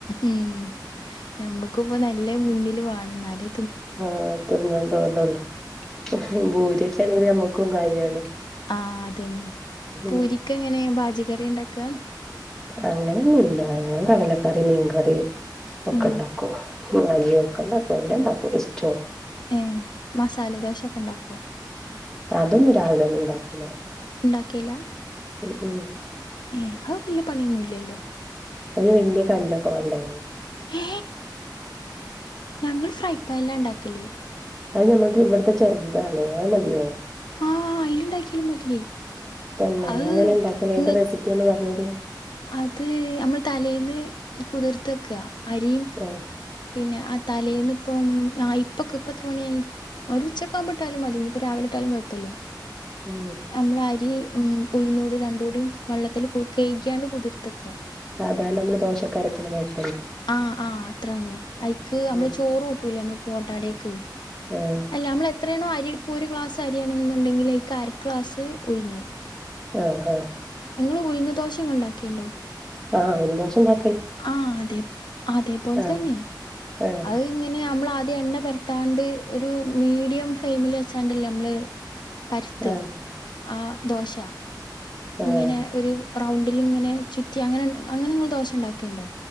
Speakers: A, on the left (about 70°); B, in the centre.
A: ഉം ഞമ്മക്കുപ്പ നല്ലത് മുന്നില് വാണം ഇന്നാല്
B: ആഹ് തിന്നാൻ തോന്നൊള്ളൂ ഇഹ് ബൂര്യെക്കാണെങ്കില് ഞമ്മക്കും കാര്യാണ്.
A: ആഹ് അതന്നെ
B: ഉം
A: പൂരിക്ക് എങ്ങനെ ഭാജി കറ്യാ ഇണ്ടാക്ക?
B: അങ്ങനെന്നുല്ല ഞാൻ കടലക്കറി മീൻകറി ഒക്കെ
A: ഏ
B: ഇണ്ടാക്കും ഭാജി ഒക്കെ ഇണ്ടാക്കും എല്ലാം ഇണ്ടാ ഇഷ്ട്വോ
A: ഏഹ് മസാല ദോശൊക്കെ ഇണ്ടാക്കോ?
B: അതൊന്നും രാവിലെ ഒന്നും ഉണ്ടാക്കൂല.
A: ഇണ്ടാക്കേല്ലാ?
B: ഉ ഉം
A: ഏഹ് അഹ് വല്യേ പണിയൊന്നുംല്ലല്ലോ.
B: അയ്ന് വല്യ കല്ലൊക്കെ വാണ്ടേ?
A: ഹേ, ഞങ്ങള് ഫ്രൈ പാൻ ലാ ഇണ്ടാക്കല്.
B: അത് ഞമ്മളത് ഇവട്ത്തെ ചെറ്താണ് അത് മതിയോ?
A: ആഹ് അയ്‌ല്ണ്ടാക്കിയാലും മതി.
B: തന്നെ
A: അത്
B: എങ്ങനെ ഇണ്ടാക്കല് അയ്ൻ്റെ
A: നിങ്ങ
B: റെസിപ്പിയൊന്ന് പറഞ്ഞേരീം
A: അത് നമ്മൾ തലേന്ന് കുതിർത്തെക്ക അരിം
B: ആഹ്
A: പിന്നെ ആ തലേന്ന്പ്പം ആ ഇപ്പൊക്കെ ഇപ്പ എത്ര മണിയായി? ഒരു ഉച്ചക്കഉമ്പട്ടാലും മതി ഞ് ഇപ്പോ രാവിലെട്ടാലും കുഴപ്പല്ല
B: ഉം
A: നമ്മൾ അരി ഉം ഉയ്ന്നൂടി രണ്ടുടി വെള്ളത്തില് കു കഴിക്കാണ്ട് കുതിർത്തക്ക
B: താണ് നമ്മള് ദോഷക്കാരത്തിന് മാരി
A: ആഹ് ആഹ് അത്ര തന്നെ ഐക്ക് അമ്മള്
B: ഉം
A: ചോറൂട്ടൂലേ അമ്മള് ഓട്ടേടക്ക്
B: ആഹ്
A: അല്ല അമ്മള് എത്രേണോ അരി ഇട്കു ഒരു ക്ലാസ് അരിയാണേന്ന്ണ്ടെങ്കില് കര്ക്ലാസ് ഉയിന്ന്
B: ആഹ് ആഹ്
A: ങ്ങള് ഉയ്ന്ന് ദോഷ ഉണ്ടാക്കേണ്ടോ
B: ആഹ് ഉയ്‌ന്ന് ദോഷ ണ്ടാ
A: ആഹ് അതെ അതേപോൽ
B: ആഹ്
A: തന്നെ
B: ആഹ്
A: അഹ്ങ്ങനെ നമ്മൾ ആദ്യം എണ്ണ പരത്താണ്ട് ഒരു മീഡിയം ഫ്ലെയിമിൽ വെച്ചാണ്ടല്ലേ മ്മള് പര്ത്ത
B: ആഹ്
A: ആഹ് ദോശ
B: ആഹ്
A: ങ്ങനെ ഒരു റൗ ണ്ടില്ങ്ങനെ ചുറ്റി അങ്ങനെ അങ്ങനെങ്ങൾ ദോഷ ണ്ടാക്കേണ്ടോ?